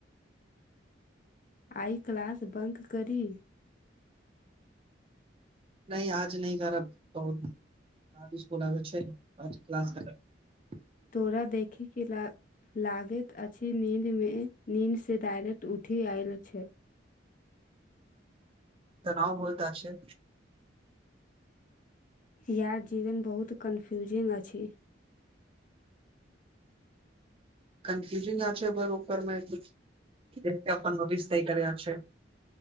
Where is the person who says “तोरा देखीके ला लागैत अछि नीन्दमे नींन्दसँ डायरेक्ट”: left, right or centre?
Left